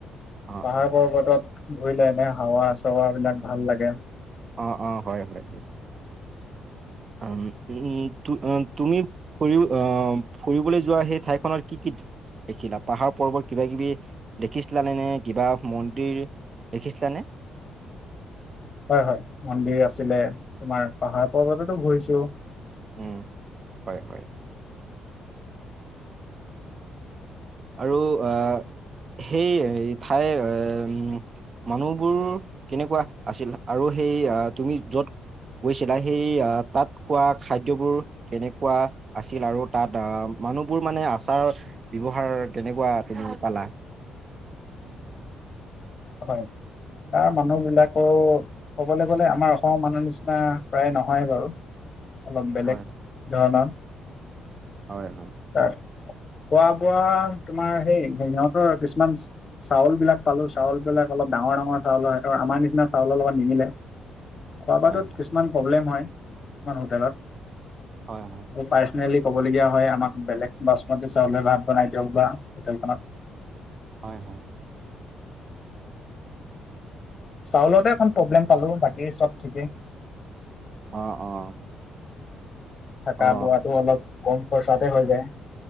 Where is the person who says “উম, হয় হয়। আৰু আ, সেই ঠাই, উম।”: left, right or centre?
Right